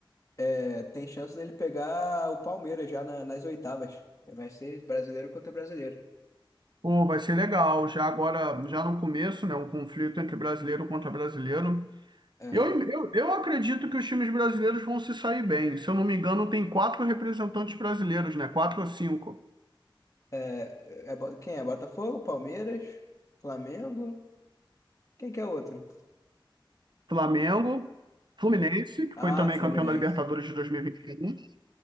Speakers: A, on the left; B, on the right.
A: é, tem chance dele pegar o Palmeiras já na- nas oitavas. Vai ser brasileiro contra brasileiro.
B: Pô, vai ser legal. Já agora, já no começo, né? Um conflito entre brasileiro contra brasileiro.
A: É,
B: Eu, eu, eu acredito que os times brasileiros vão se sair bem. Se eu não me engano, tem quatro representantes brasileiros, né? Quatro ou cinco.
A: é, é Bo- quem é? Botafogo, Palmeiras, Flamengo? Quem que é o outro?
B: Flamengo, Fluminense, que
A: Ah,
B: foi também
A: Fluminense.
B: campeão da Libertadores de 2021. E vinte e um.